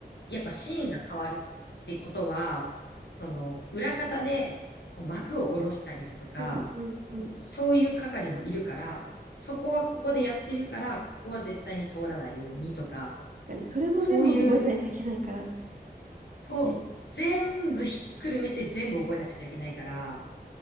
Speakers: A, on the left; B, on the right.
A: やっぱシーンが変わるってことは、その、裏方で、こう、幕を下ろしたりだとか、
B: うんうんうん。確
A: そういう係もいるから、そこはここでやってるから、ここは絶対に通らないようにとか、
B: かに、それも全部覚えないといけないから。
A: そういう、と、
B: ね、い
A: 全部ひっくるめて全部覚えなくちゃいけないから、